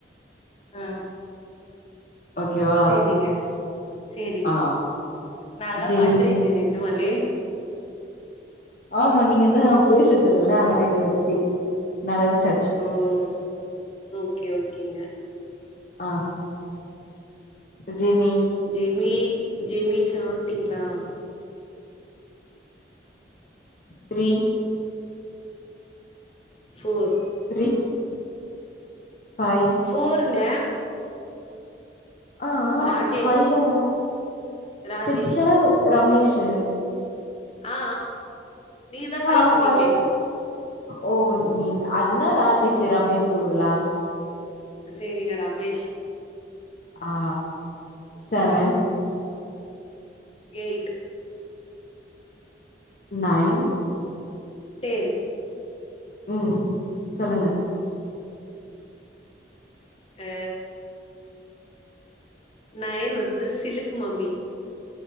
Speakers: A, on the left; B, on the left.
A: ஆ
B: ஓகேவா
A: சேரிங்க சேரிங்க
B: ஆ
A: நல்லா
B: ஜெமி
A: பண்றீங்க நெஜமாலே
B: ஆமா நீங்கதா பேசுறது இல்லலா அதனால இத வச்சு நல்ல ச
A: ம் ஓகே ஓகேங்க
B: ஆ ஜெமி
A: ஜெமி ஜெமி சாப்டீங்களா
B: த்ரீ
A: ஃபோர்
B: த்ரீ பைவ்
A: போருங்க
B: ஆ
A: ராஜேஷ்
B: பைவ் தானே
A: ராஜேஷ்
B: சிக்ஸ் தானே ரமேஷ்ஷு
A: ஆ நீங்க தா ஃபை
B: ஆ
A: சொன்னீங்களே
B: பைவ்
A: இப்போ
B: ஓ நீ அதுனா ராஜேஷ்ஷு ரமேஷ்கு பதிலா
A: சேரிங்க ரமேஷ்
B: ஆ செவன்
A: எய்ட்
B: நைன்
A: டென்
B: ம் சொல்லுங்க
A: எ நயன் வந்து சிலுக்கு மம்மி